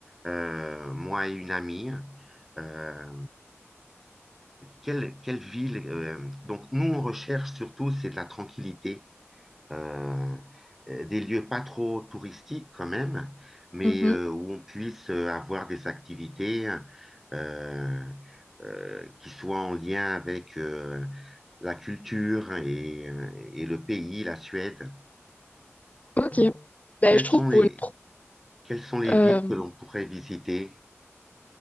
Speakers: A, in the centre; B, on the left.
A: euh, moi et une amie, euh, quelle, quelle ville euh, donc nous, on recherche surtout, c'est de la tranquillité euh, euh, des lieux pas trop touristiques quand même, mais
B: Mhm.
A: euh, où on puisse euh, avoir des activités euh, euh, qui soient en lien avec euh, la culture et, euh, et le pays, la Suède.
B: Ok. Bah,
A: Quelles
B: je trouve
A: sont les,
B: pour une... pro-
A: quelles sont les
B: euh,
A: villes que l'on pourrait visiter?